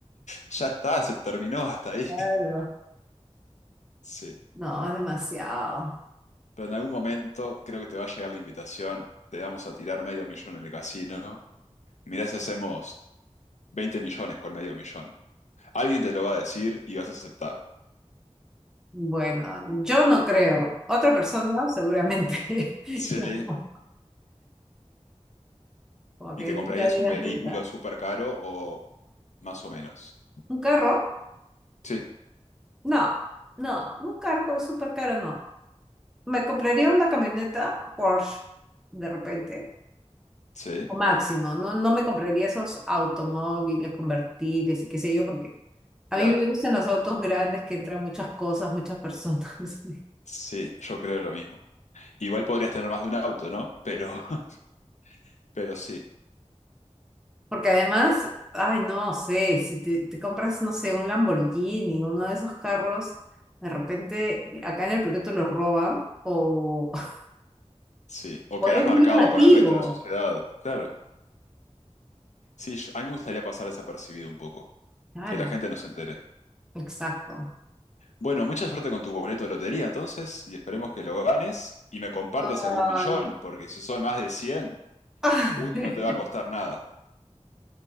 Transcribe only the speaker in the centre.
Claro.
No, es demasiado.
Bueno, yo no creo. Otra persona, seguramente. <laughs>
Yo no. Como
que
nunca digas
nunca.
¿Un carro?
No, no, un carro súper caro no. Me compraría una camioneta Porsche de repente
máximo. No, no me compraría esos automóviles convertibles y qué sé yo, porque a
mí me gustan los autos grandes que entran muchas cosas, muchas personas. <laughs>
Porque además, ay, no sé, si te, te compras, no sé, un Lamborghini, uno de esos carros, de repente acá en el Perú te los roban o, <laughs>
o
eres
muy llamativo.
Claro,
exacto.
Ay.
<laughs>